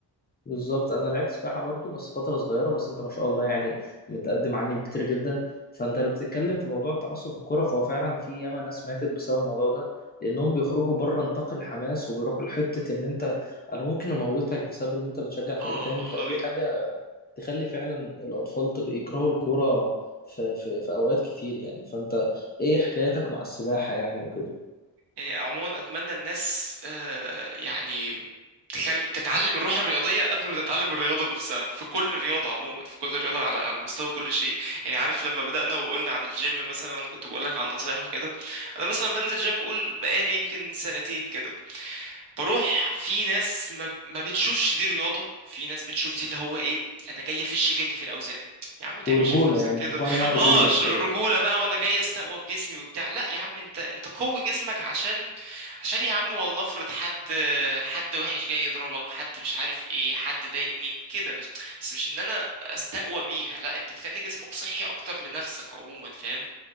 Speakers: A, on the left; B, on the right.
A: بالظبط انا لعبت سباحه برضو بس فتره صغيره بس انت ما شاء الله يعني متقدم عني بكتير جدا فانت اللي بتتكلم في موضوع التعصب في الكوره فهو فعلا في ياما ناس ماتت بسبب الموضوع ده لانهم بيخرجوا بره نطاق الحماس وبيروحوا لحته ان انت انا ممكن اموتك بسبب ان انت بتشجع فريق
B: اه
A: تاني
B: اه
A: فدي
B: قوي
A: حاجه تخلي فعلا الاطفال تج- يكرهوا الكوره في في في اوقات كتير يعني فانت ايه حكايتك مع السباحه يعني وكده
B: يعني عموما اتمنى الناس آه يعني تخل... تتعلم الروح الرياضية قبل ما تتعلم الرياضة نفسها في كل رياضة عموما في كل رياضة على على مستوى كل شيء يعني عارف لما بدأنا وقلنا عن الجيم مثلا وانا كنت بقول لك عن نصايح وكده انا مثلا بنزل جيم قول بقالي يمكن سنتين كده بروح في ناس ما, ما بتشوفش دي رياضة في ناس بتشوف دي اللي هو ايه انا جاي افش جلي في الاوزان يا عم ما تعملش
A: ورجوله
B: في نفسك
A: يعني
B: كده
A: بيشوفوها انها رجوله
B: اه ش-
A: مش
B: رجولة
A: رياضه
B: بقى وانا جاي استقوى بجسمي وبتاع لا يا عم انت انت قوي جسمك عشان عشان يا عم والله افرض حد حد وحش جاي يضربك حد مش عارف ايه حد ضايق مين كده بس بس مش ان انا استقوى بيها لا انت بتخلي جسمك صحي اكتر لنفسك عموما فاهم